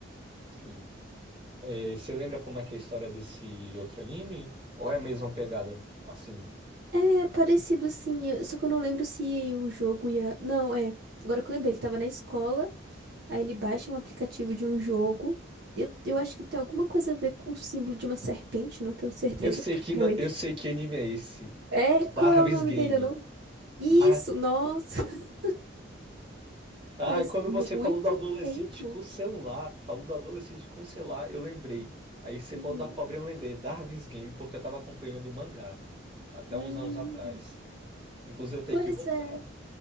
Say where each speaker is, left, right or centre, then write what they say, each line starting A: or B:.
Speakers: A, on the right; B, on the right.
A: Sim. É, você lembra como é que é a história desse outro anime? Ou é a mesma pegada? Assim,
B: É parecido, assim, eu- só que eu não lembro se o jogo ia. Não, é. Agora que eu lembrei, ele tava na escola. Aí ele baixa um aplicativo de um jogo. Eu, eu acho que tem alguma coisa a ver com o símbolo de uma serpente, não tenho certeza,
A: eu sei
B: porque
A: que
B: <laughs> foi realmente.
A: na- eu sei que anime é esse.
B: É,
A: Darwin's
B: qual é o nome
A: Game.
B: dele? Eu não. Isso,
A: Dar...
B: nossa, <laughs>
A: Ah,
B: faz
A: quando
B: muito
A: você falou do adolescente
B: tempo.
A: com o celular, falou do adolescente com o celular, eu lembrei. Aí você
B: Uhum.
A: falou da cobrinha, eu lembrei. Darwin's Game, porque eu tava acompanhando o mangá até
B: Hum,
A: uns anos atrás. Inclusive eu tenho
B: pois
A: que voltar.
B: é.